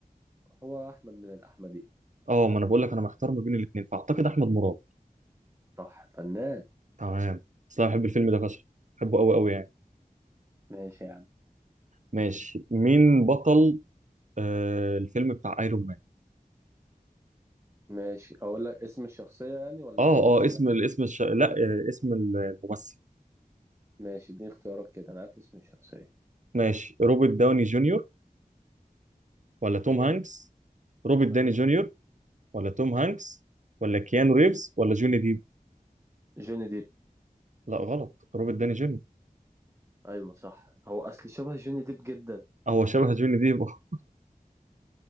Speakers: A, on the right (about 20°); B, on the right (about 55°).
A: هو أحمد من الأحمدي
B: اه ما انا بقول لك انا محتار ما بين الاثنين فاعتقد احمد مراد
A: صح فنان
B: تمام بس انا بحب الفيلم ده فشخ بحبه قوي قوي يعني
A: ماشي يا عم
B: ماشي مين بطل آه الفيلم بتاع ايرون مان
A: ماشي اقول لك اسم الشخصية يعني ولا
B: اه
A: الممثل
B: اه اسم
A: نفسه
B: الاسم الش... لا آه اسم الممثل
A: ماشي اديني اختيارات كده انا عارف اسم الشخصية
B: ماشي روبرت داوني جونيور ولا توم
A: مين؟
B: هانكس روبرت داني
A: ايوه
B: جونيور ولا توم هانكس ولا كيانو ريفز ولا جوني ديب
A: جوني ديب
B: لا غلط روبرت داني جونيور
A: ايوه صح هو اصل شبه جوني ديب جدا
B: هو شبه جوني ديب <laughs> أه.